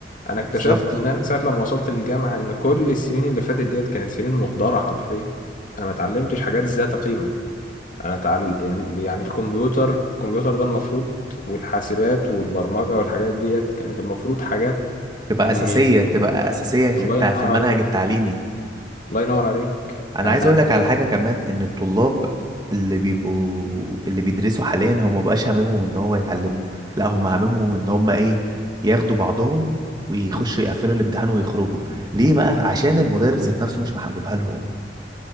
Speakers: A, on the left; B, on the right.
A: انا اكتشفت
B: بالظبط
A: ان انا ساعه لما وصلت للجامعه ان كل السنين اللي فاتت ديت كانت سنين مهدره حرفيا انا ما اتعلمتش حاجات ذات قيمه انا تعل... يعني الكمبيوتر الكمبيوتر ده المفروض والحاسبات والبرمجه والحاجات ديت كانت المفروض حاجات
B: تبقى
A: من
B: اساسيه تبقى اساسيه في
A: الله
B: التع...
A: ينور
B: في المنهج
A: عليك
B: التعليمي
A: الله ينور عليك
B: انا
A: انا
B: عايز اقول لك على حاجه كمان ان الطلاب اللي بيبقوا اللي بيدرسوا حاليا هم مبقاش هاممهم ان هو يتعلموا لا هم هاممهم ان هم ايه ياخدوا بعضهم ويخشوا يقفلوا الامتحان ويخرجوا ليه بقى عشان المدرس ذات نفسه مش محببها لهم